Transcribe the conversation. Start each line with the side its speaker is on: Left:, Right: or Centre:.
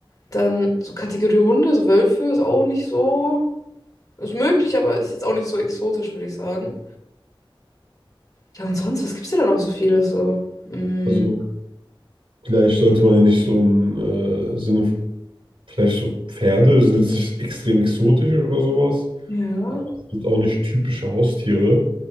Left: Dann so Kategorie Hunde, so Wölfe ist auch nicht so. Ist möglich, aber ist jetzt auch nicht so exotisch, würde ich sagen. Ja, und sonst, was gibt's denn da noch so vieles so? Mm,
Right: Also vielleicht sollte man ja nicht so im äh, Sinne, vielleicht so Pferde sind jetzt nicht extrem exotisch oder sowas,
Left: ja.
Right: aber es sind auch nicht typische Haustiere.